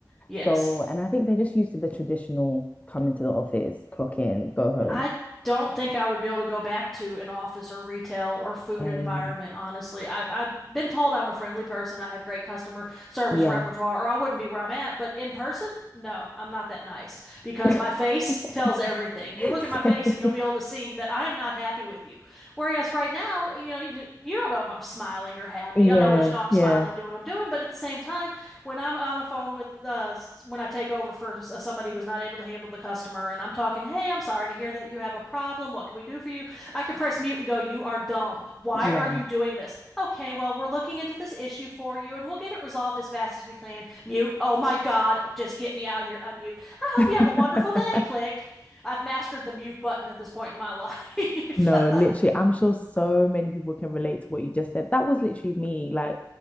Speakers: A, in the centre; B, on the left.
A: Yes.
B: So, and I think they're just used to the traditional come into the office, clock in, go home.
A: I don't think I would be able to go back to an office or retail or food
B: Um,
A: environment, honestly. I, I've been told I'm a friendly person. I have great customer service
B: yeah.
A: repertoire, or I wouldn't be where I'm at. But in person, no, I'm not that nice because
B: <laughs>
A: my face tells everything. You look
B: Same.
A: at my face and you'll be able to see that I am not happy with you. Whereas right now, you know, you, you don't know if I'm smiling or happy.
B: Yeah,
A: I mean, I'll let you know I'm
B: yeah,
A: smiling, do what I'm doing, but at the same time, when I'm on a phone with the when I take over for s- somebody who's not able to handle the customer and I'm talking, "Hey, I'm sorry to hear that you have a problem. What can we do for you?" I can press mute and go, "You are dumb. Why
B: yeah.
A: are you doing this?" "Okay, well, we're looking into this issue for you and we'll get it resolved as fast as we can." Mute. "Oh my God, just get me out of here. Unmute. I hope you have
B: <laughs>
A: a wonderful day." Click. I've mastered the mute button at this point in my life.
B: No,
A: <laughs>
B: literally, I'm sure so many people can relate to what you just said. That was literally me. Like